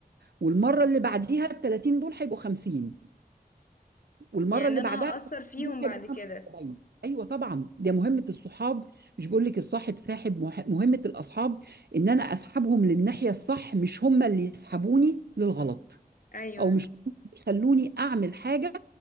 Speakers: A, on the right (about 90°); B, on the left (about 60°).
A: والمره اللي بعديها ال 30 دول هيبقوا 50 والمره
B: يعني
A: اللي
B: انا
A: بعدها
B: هأثر فيهم
A: ممكن
B: بعد
A: يبقى
B: كده
A: 75 ايوه طبعا ده مهمه الصحاب مش بقول لك الصاحب ساحب مه- مهمه الاصحاب ان انا اسحبهم للناحيه الصح مش هم اللي يسحبوني للغلط
B: ايوه
A: او مش يخلوني اعمل حاجه